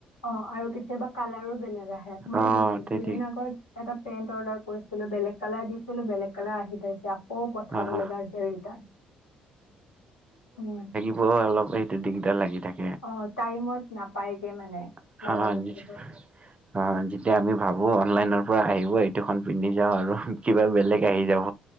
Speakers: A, on the left; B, on the right.
A: অ আৰু কেতিয়াবা কালাৰো বেলেগ আহে। মই
B: অ
A: দু
B: তে
A: দুদিন
B: ঠিক
A: আগত এটা পেন্ট অৰ্ডাৰ কৰিছিলো, বেলেগ কালাৰ দিছিলো, বেলেগ কালাৰ আহি পাইছে আ কৌ পঠাব
B: অ হ
A: লগা হৈছে সেই ৰিটাৰ্ণ উম।
B: অ অলপ সেইটো দিগদাৰ লাগি থাক
A: অ টাইমত নাপায়গে মানে।
B: <unintelligible>
A: লাগা
B: অ
A: বস্তুটো।
B: যেতিয়া আমি ভাবো অনলাইনৰ পৰা আহিব এইটোখন পিন্ধি যাওঁ আৰু কিবা বেলেগ আহি যাব।